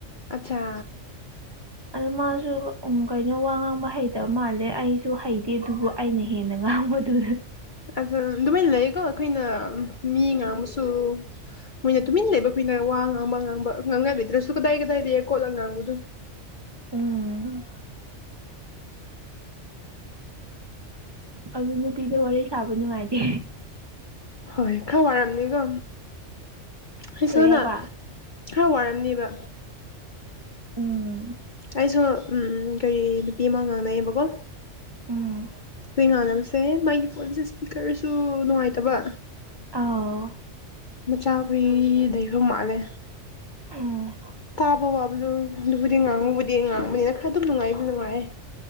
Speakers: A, on the left (about 45°); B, on the right (about 20°).
A: ꯑꯆꯥ
B: ꯑ ꯃꯥꯁꯨ ꯎ ꯀꯩꯅꯣ ꯋꯥ ꯉꯥꯡꯕ ꯍꯩꯇꯕ ꯃꯥꯜꯂꯦ ꯑꯩꯁꯨ ꯍꯩꯇꯦ ꯑꯗꯨꯕꯨ ꯑꯩꯅ ꯍꯦꯟꯅ ꯉꯥꯡꯕꯗꯨ
A: ꯑ ꯑꯗꯨꯃꯥꯏꯅ ꯂꯩꯀꯣ ꯑꯩꯈꯣꯏꯅ ꯃꯤ ꯉꯥꯡꯕꯁꯨ ꯃꯣꯏꯅ ꯇꯨꯃꯤꯟꯅ ꯂꯩꯕ ꯀꯨꯏꯅ ꯋꯥ ꯉꯥꯡꯕ ꯉꯥꯡꯕ ꯉꯥꯡꯅ ꯂꯩꯗ꯭ꯔꯁꯨ ꯀꯗꯥꯏ ꯀꯗꯥꯏ ꯂꯩꯔ ꯈꯣꯠꯂꯒ ꯉꯥꯡꯕꯗꯨꯣ
B: ꯎꯝ ꯑꯗꯨ ꯅꯨꯄꯤꯗ ꯋꯥꯔꯤ ꯁꯥꯕ ꯅꯨꯡꯉꯥꯏꯇꯦ
A: ꯍꯣꯏ ꯈꯔ ꯋꯥꯏꯔꯝꯅꯤꯀꯣ ꯑꯩꯁꯅ
B: ꯀꯔꯤ ꯍꯥꯏꯕ
A: ꯈꯔ ꯋꯥꯔꯝꯅꯦꯕ
B: ꯎꯝ
A: ꯑꯩꯁꯨ ꯎꯝ ꯎꯝ ꯀꯔꯤ ꯅꯨꯄꯤ ꯑꯃ ꯉꯥꯡꯅꯩꯌꯦꯕꯀꯣ
B: ꯎꯝ
A: ꯍꯣꯏ ꯉꯥꯟꯅꯕꯁꯦ ꯃꯥꯒꯤ ꯐꯣꯟꯁꯦ ꯁ꯭ꯄꯤꯀꯔꯁꯨ ꯅꯨꯡꯉꯥꯏꯇꯕ
B: ꯑꯥ
A: ꯃꯆꯥꯈꯣꯏ ꯂꯩꯐꯝ ꯃꯥꯜꯂꯦ
B: ꯎꯝ
A: ꯇꯥꯕ ꯋꯥꯕ ꯑꯗꯨ ꯑꯗꯨꯕꯨꯗꯤ ꯉꯥꯡꯉꯨꯕꯨꯗꯤ ꯉꯥꯡꯕꯅꯤꯅ ꯈꯔ ꯑꯗꯨꯝ ꯅꯨꯡꯉꯥꯏꯗꯤ ꯅꯨꯡꯉꯥꯏꯦ